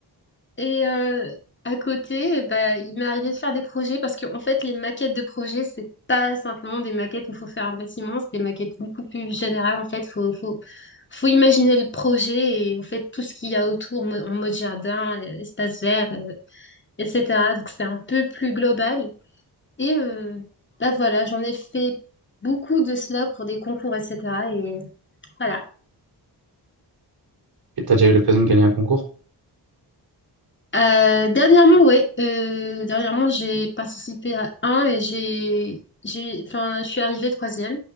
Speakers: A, on the left; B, on the right.
A: Et euh, à côté, bah, il m'est arrivé de faire des projets parce qu'en fait, les maquettes de projets, c'est pas simplement des maquettes où il faut faire un bâtiment, c'est des maquettes beaucoup plus générales. En fait, faut, faut, faut imaginer le projet et en fait, tout ce qu'il y a autour mo- en mode jardin, euh, espace vert, euh, etc. Donc, c'est un peu plus global. Et euh, bah voilà, j'en ai fait beaucoup de cela pour des concours, etc. Et voilà.
B: et t'as déjà eu l'occasion de gagner un concours?
A: Euh, dernièrement, oui. Euh, dernièrement, j'ai participé à un et j'ai, j'ai, enfin, je suis arrivée troisième,